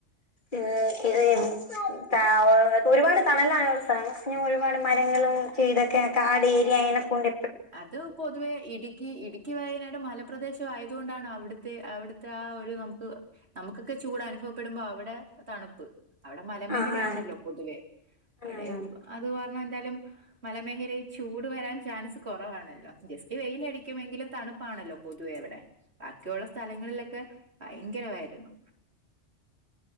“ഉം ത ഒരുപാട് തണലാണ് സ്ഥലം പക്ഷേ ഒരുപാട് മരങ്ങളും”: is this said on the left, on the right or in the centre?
Left